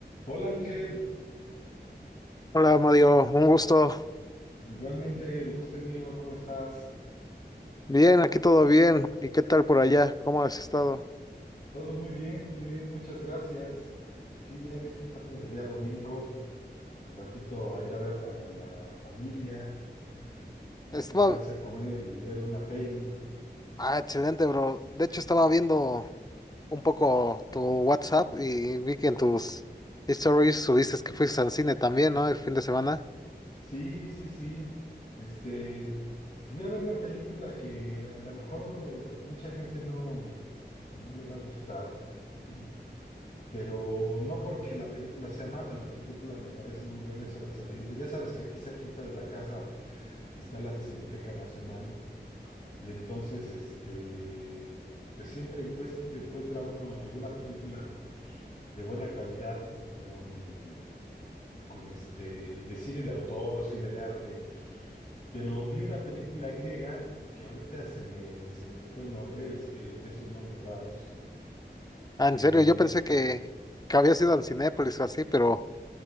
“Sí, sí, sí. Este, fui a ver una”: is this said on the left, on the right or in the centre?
Left